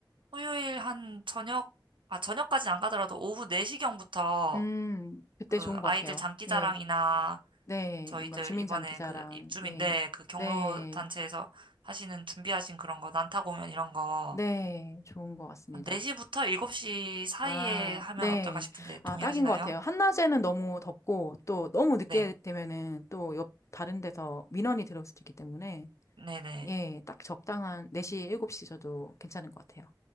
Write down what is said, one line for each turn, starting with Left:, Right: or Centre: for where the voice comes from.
Right: 토요일 한 저녁, 아, 저녁까지는 안 가더라도 오후 4시경부터
Left: 음, 그때
Right: 그
Left: 좋은 것
Right: 아이들
Left: 같아요.
Right: 장기자랑이나
Left: 예, 네.
Right: 저희들
Left: 뭔가 주민장기자랑,
Right: 이번에 그 입주민,
Left: 예,
Right: 네, 그 경로
Left: 네,
Right: 단체에서 하시는 준비하신 그런 거, 난타 공연 이런 거,
Left: 네. 좋은 것 같습니다.
Right: 한 4시부터 7시 사이에
Left: 아,
Right: 하면
Left: 네.
Right: 어떨까 싶은데
Left: 아,
Right: 동의하시나요?
Left: 딱인 것 같아요. 한낮에는 너무 덥고, 또 너무 늦게
Right: 네,
Left: 되면은 또 옆, 다른 데서 민원이 들어올 수도 있기 때문에,
Right: 네네,
Left: 예, 딱 적당한 4시, 7시 저도 괜찮은 것 같아요.